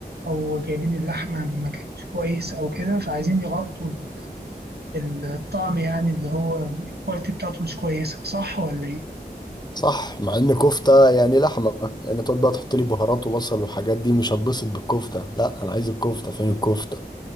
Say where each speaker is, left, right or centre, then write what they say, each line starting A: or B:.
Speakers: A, on the right (about 80°); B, on the left (about 25°).
A: او جايبين اللحمه من مكان مش كويس او كده فعايزين يغطوا ال- الطعم يعني اللي هو الكواليتي بتاعته مش كويسه صح ولا ايه
B: صح مع ان كفتة يعني لحمة يعني تقعد بقى تحط لي بهارات وبصل والحاجات دي مش هتبسط بالكفتة لا انا عايز الكفتة فين الكفتة